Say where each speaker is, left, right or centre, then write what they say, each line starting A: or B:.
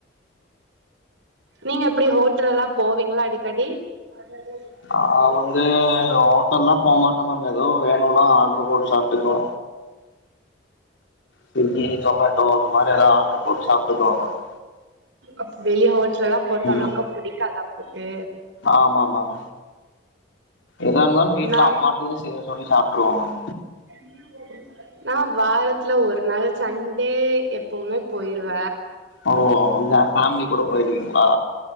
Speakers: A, on the right; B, on the left.
A: நீங்க எப்படி ஹோட்டல் எல்லா போவீங்களா அடிக்கடி அதது என்ன
B: நா வந்து ஹோட்டல்லா போமாட்ட மேம் ஏதோ வேணுனா ஆர்டர் போட்டு சாப்ட்டுக்குவ ஸ்விகி சொமேட்டோ அந்த மாரி எதா ஆர்டரு போட்டு சாப்ட்டுக்குவ மேம்
A: அப்ப வெளிய ஹோட்டல் எல்லா போறது அவ்ளவுக்கா
B: ம்
A: புடிக்காதா போட்டு
B: ஆமா மேம் எதா இருந்தாலு வீட்ல
A: நா
B: அம்மாட்டையே செய்ய சொல்லி சாப்ட்ருவ மேம்
A: <unintelligible> நா வாரத்துல ஒரு நாள் சண்டே எப்பவுமே போயிருவ
B: ஓ அங்க ஃபேமிலி கூட போயிருவீங்களா